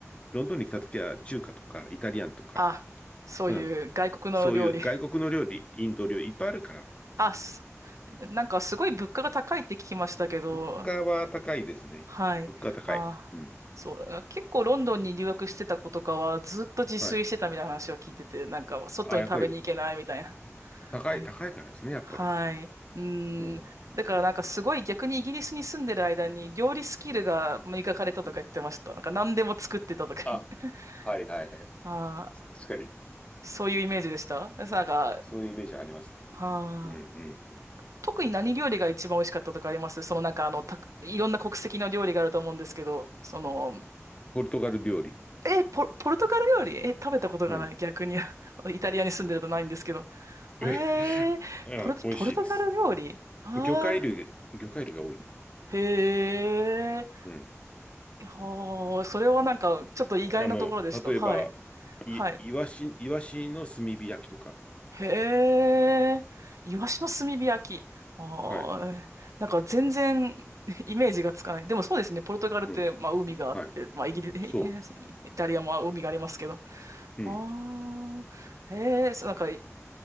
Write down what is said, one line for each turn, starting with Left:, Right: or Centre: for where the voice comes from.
Left: ロンドンに来た時は中華とかイタリアンとか、
Right: あ、そういう外国の料理。
Left: うん、そういう外国の料理、インド料理いっぱいあるから、
Right: あ、すなんかすごい物価が高いって聞きましたけど、
Left: 物価は高いですね。
Right: はい。
Left: 物価は高い。
Right: ああ、
Left: うん。
Right: そう。あ結構ロンドンに留学してた子とかはずっと自炊してたみたいな話を聞いてて、
Left: はい。
Right: なんか外に食べに行けないみたいな。
Left: あ、やっぱり
Right: <laughs>
Left: 高い、
Right: はい。
Left: 高いからですね、やっぱり。
Right: はい。うーん。
Left: うん。
Right: だからなんかすごい逆にイギリスに住んでる間に料理スキルが磨かれたとか言ってました。
Left: うんうん
Right: なんか何でも作ってたとか言って。
Left: あ、はいはい。
Right: <laughs> ああ、
Left: 確かに。
Right: そういうイメージでした。なんか、
Left: そういうイメージあります。
Right: はあ。
Left: うんうん。
Right: 特に何料理が一番美味しかったとかありますそのなんかあの、た、いろんな国籍の料理があると思うんですけど、その、
Left: ポルトガル料理。
Right: え、ポ、ポルトガル料理え、食べたことがない。
Left: うん。
Right: 逆に。<laughs> イタリアに住んでるとないんですけど。
Left: <laughs>
Right: えー、
Left: うん、
Right: ポルト、
Left: 美味しいです。
Right: ポルトガル料理ああ
Left: 魚介類、魚介類が多い。
Right: ー、へえ。
Left: うん。
Right: はあ、それはなんか、ちょっと意外なところでした。
Left: あの、例えば、
Right: はい。
Left: い、
Right: はい。
Left: イワシ、イワシの炭火焼きとか。
Right: へえ。イワシの炭火焼き。ああ、
Left: はい。
Right: なんか全然 <laughs> イメージがつかない。でもそうですね。ポルトガルって、
Left: うん。
Right: まあ海があって、
Left: はい。
Right: まあイギリ、<laughs>
Left: そう。
Right: イタリアも海がありますけど。
Left: うん。
Right: ああ、へえ、そうなんか、